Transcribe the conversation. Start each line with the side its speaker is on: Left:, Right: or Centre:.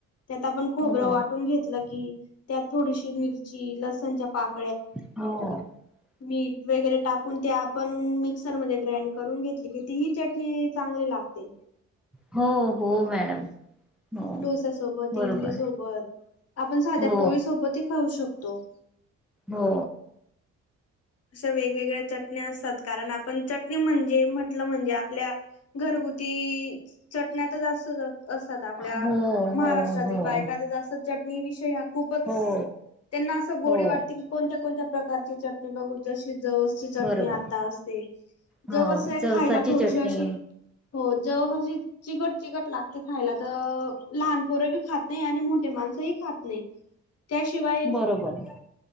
Left: त्यात आपण खोबरं
Centre: हो
Left: वाटून घेतल... तीळ त्यात थोडीशी मिरची लसणच्या पाकळ्या...
Centre: हो..
Left: मीठ वगैरे टाकून ते आपण मिक्सर मध्ये ग्राइंड करून घेतली की तीही चटणी चांगली लागते...
Centre: हो हो मॅडम.. हो
Left: डोसा सोबत
Centre: बरोबर
Left: इडली सोबत... आपण साध्या
Centre: हो
Left: पोळी सोबत ही खाऊ शकतो.
Centre: हो...
Left: अशा वेग वेगळ्या चटण्या असतात कारण आपण चटणी म्हणजे म्हटल म्हणजे आपल्या घरगुती चटण्या तर असतात ताच... असत आपल्या
Centre: हो हो
Left: महाराष्ट्रातील
Centre: हो
Left: बायका तर जास्त चटणी विषय हा खूपच...
Centre: हो
Left: त्यांना असं गोडी
Centre: हो
Left: वाटते की कोणत्या कोणत्या प्रकारची चटणी बघू जशी.. जवस ची चटणी
Centre: बरोबर
Left: आता असते
Centre: हो
Left: जवस हे
Centre: जवसाची
Left: खायला थोडीशी
Centre: चटणी
Left: अशी... हो जवस अशी चिकट चिकट लागते खायला तर लहानपोर बी खात नाही आणि मोठे माणस... मानस ही खात नाही त्या शिवाय
Centre: बरोबर